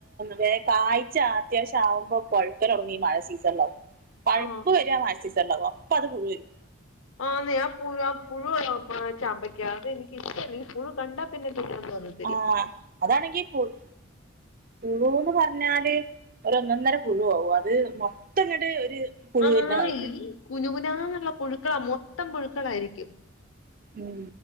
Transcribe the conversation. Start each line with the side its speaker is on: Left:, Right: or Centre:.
Right: വേ കായിച്ക് അത്യാവശ്യാവുമ്പോ പഴു ക്കലൊടങ്ങീ മഴ സീസണിലാവും പഴുപ്പ്
Left: ആ
Right: വരിയാ മഴ സീസണിലാവും അപ്പത് പുഴുവരും
Left: ആന്നെ ആഹ് പു പുഴുവാ ചാമ്പയ് ക്കാതെനിക്കിഷ്ടല്ല എനിക്ക് പുഴു കണ്ടാ പിന്നെ തിന്നാൻ തോന്നില്ല
Right: ആഹ് അതാണെങ്കി പുഴു പുഴൂന്ന് പറഞ്ഞാല് ഒരൊന്നന്നര പുഴു ആവും അത് മൊത്തം ഇങ്ങട്ട് ഒരു പുഴു
Left: ആന്നീ
Right: വരുന്ന മാതിരിയാണ്
Left: കുനുകുനാന്നുള്ള പുഴുക്കളാ മൊത്തം പുഴുക്കളായിരിക്കും
Right: ഉം